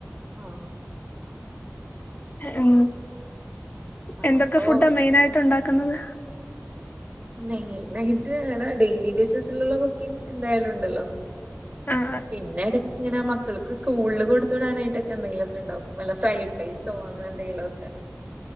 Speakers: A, on the right; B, on the left.
A: ആ
B: ഉം എന്തൊക്കെ
A: അപ്പൊ
B: ഫുഡാ മെയിനായിട്ട് ഉണ്ടാക്കുന്നത്
A: മെയിനായിറ്റ് പറഞ്ഞ ഡെയിലി ബേസിസിലുള്ള കുക്കിംഗ് എന്തായാലും ഉണ്ടല്ലോ
B: <unintelligible>
A: പിന്നെ എടയ്ക്കിങ്ങനെ മക്കൾക്ക് സ്കൂളിൽ കൊടു വിടാനായിട്ടൊക്കെ എന്തങ്കിലുമൊക്കെ ഉണ്ടാക്കും നല്ല ഫ്രൈ പൈസ വാങ്ങാനൊണ്ടെങ്കിലൊക്കെ